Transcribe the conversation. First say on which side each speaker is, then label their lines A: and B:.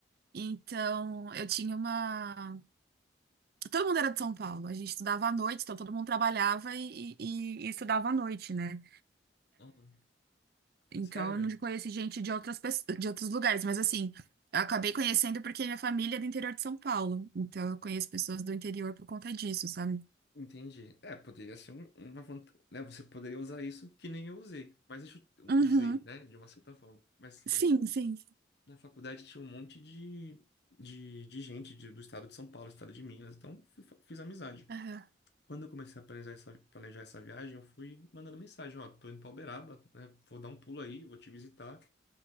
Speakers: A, on the right (about 55°); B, on the left (about 60°).
A: Então, eu tinha uma. Todo mundo era de São Paulo. A gente estudava à noite, então todo mundo trabalhava e, e- e estudava à noite, né?
B: Aham.
A: Então,
B: Sério?
A: eu não conheci gente de outras pessoas, de outros lugares, mas assim, eu acabei conhecendo porque minha família é do interior de São Paulo. Então, eu conheço pessoas do interior por conta disso, sabe?
B: Entendi. É, poderia ser um- uma vantagem, né? Você poderia usar isso que nem eu usei, mas eu chu- eu
A: Uhum.
B: usei, né? De uma certa forma, mas que
A: Sim,
B: nem.
A: sim.
B: Na faculdade tinha um monte de, de, de gente de- do estado de São Paulo, estado de Minas, então fui fa- fiz amizade.
A: Aham.
B: Quando eu comecei a planejar essa, planejar essa viagem, eu fui mandando mensagem, ó, tô indo pra Uberaba, né? Vou dar um pulo aí, vou te visitar.